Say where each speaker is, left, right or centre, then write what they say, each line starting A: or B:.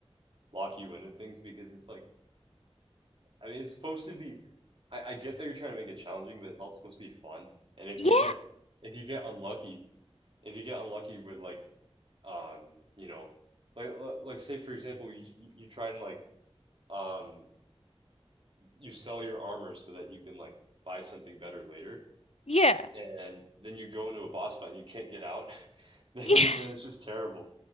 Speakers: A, on the right; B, on the left.
A: lock you into things because it's like I mean it's supposed to be I I get that you're trying to make it challenging, but it's also supposed to be fun. And if
B: Yeah.
A: you get if you get unlucky, if you get unlucky with like um, you know, like li- like say for example, you you you try and like um you sell your armor so that you can like buy something better later.
B: Yeah.
A: and then you go into a boss fight and you can't get out, <laughs> then
B: Yeah. <laughs>
A: then it's just terrible.